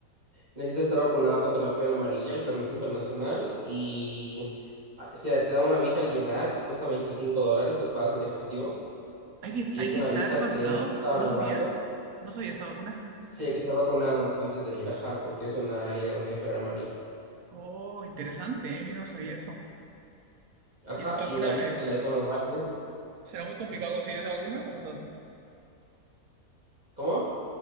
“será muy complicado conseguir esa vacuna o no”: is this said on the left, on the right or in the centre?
Right